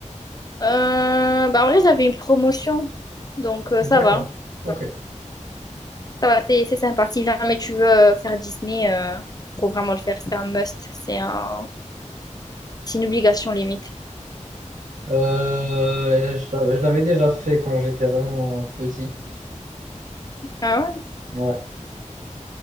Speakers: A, on the left (about 30°); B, on the right (about 80°).
A: Euh, bah en vrai, j'avais une promotion, donc euh,
B: D'accord.
A: ça va.
B: Ok.
A: Ouais. Ça va, c'est c'est sympa. Si jamais tu veux euh, faire Disney, euh, faut vraiment le faire. C'est un must. C'est un... c'est une obligation limite.
B: Euh, je l'avais je l'avais déjà fait quand j'étais vraiment petit.
A: Ah ouais?
B: Ouais,